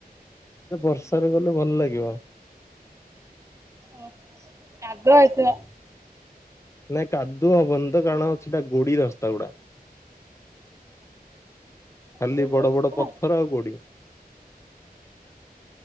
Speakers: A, on the left; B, on the right.
A: ଏ ବର୍ଷାରେ ଗଲେ ଭଲ ଲାଗିବ।
B: ଓ କାଦୁଅ ହେଇଥିବ।
A: ନାଇ କାଦୁଅ ହବନି ତ କାରଣ ସେଟା ଗୋଡି ରାସ୍ତା ଗୁଡା। ଖାଲି
B: ଗୋଡି
A: ବଡ
B: ରାସ୍ତା
A: ବଡ ପଥର ଆଉ ଗୋଡିି।